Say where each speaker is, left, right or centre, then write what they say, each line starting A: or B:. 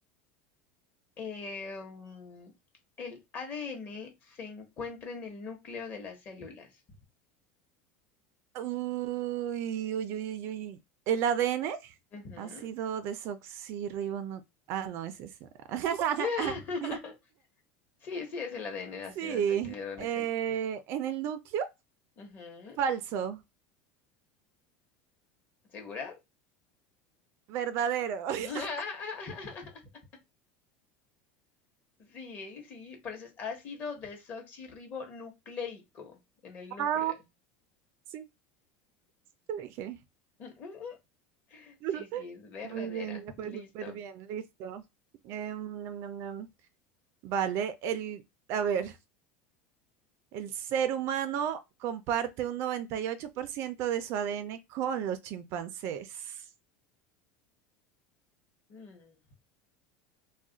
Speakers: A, on the left; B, on the right.
A: Eh, mm, el ADN se encuentra en el núcleo de las células.
B: Uy, uy, uy, uy, uy. ¿El ADN?
A: Ujú.
B: Ácido desoxirribonucleico. Ah, no, es ese. <laughs>
A: <laughs> Sí, sí es el ADN,
B: Sí.
A: ácido desoxirribonucleico.
B: eh, ¿en el núcleo?
A: Ujú.
B: Falso.
A: ¿Segura?
B: Verdadero. <laughs>
A: <laughs> Sí, sí, por eso es ácido desoxirribonucleico en el núcleo.
B: Ah, sí, te dije.
A: <laughs>
B: <laughs>
A: Sí, sí, es verdadera.
B: Muy bien, me fue
A: Listo.
B: súper bien, listo. Em, nam, nam, nam. Vale, el, a ver, El ser humano comparte un 98% de su ADN con los chimpancés.
A: Mm,